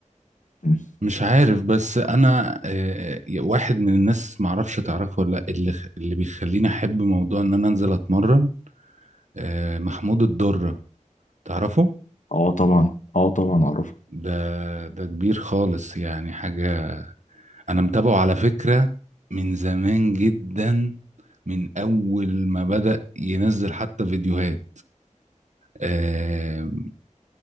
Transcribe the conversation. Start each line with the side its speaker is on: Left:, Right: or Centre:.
Left: مم.
Right: مش عارف بس انا آه، واحد من الناس معرفش تعرفه ولا لا اللي اللي بيخليني احب موضوع ان انا انزل اتمرن آه، محمود الدرة تعرفه
Left: اه طبعا اه طبعا اعرف
Right: ده ده كبير خالص يعني حاجة انا متابعه على فكرة من زمان جدا من اول ما بدأ ينزل حتى فيديوهات آه،